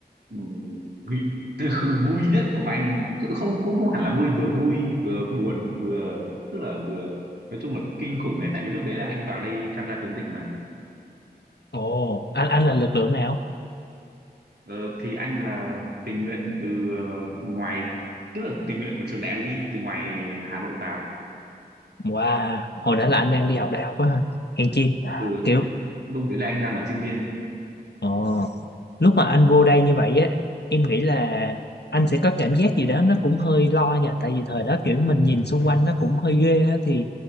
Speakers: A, on the right; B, on the left.
A: ừm, vui, <laughs> vui nhất của anh cũng không cũng không hẳn là vui vừa vui vừa buồn vừa tức là vừa nói chung là kinh khủng đấy tại vì lúc đấy là anh vào đây tham gia chống dịch mà
B: ồ anh anh là lực lượng nào
A: ờ, thì anh là tình nguyện từ ờ, ngoài tức là tình nguyện của trường đại học Y từ ngoài Hà Nội vào
B: wow hồi đó là anh đang đi học đại học á hả hèn chi
A: từ lúc
B: kiểu
A: đấy lúc đấy là anh đang là sinh viên
B: ồ lúc mà anh vô đây như vậy á em nghĩ là anh sẽ có cảm giác gì đó nó cũng hơi lo nha tại vì thời đó kiểu mình nhìn xung quanh nó cũng hơi ghê á thì